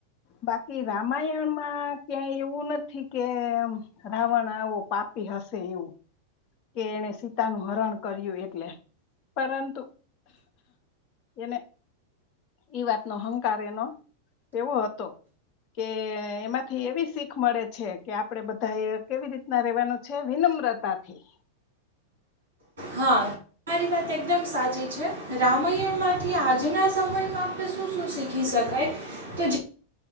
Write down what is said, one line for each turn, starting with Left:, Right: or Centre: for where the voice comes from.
Left: બાકી રામાયણમાં ક્યાંય એવું નથી કે રાવણ આવો પાપી હશે એવું. કે એને સીતાનું હરણ કર્યું એટલે પરંતુ એને એ વાતનો હંકાર એનો એવો હતો કે એમાંથી એવી શીખ મળે છે કે આપણેે બધા એ કેવી રીતના રહેેવાનું છે વિનમ્રતાથી.
Right: હા મારી વાત એકદમ સાચી છે. રામાયણમાંથી આજના સમયમાં આપણે શું શું શીખી શકાય તો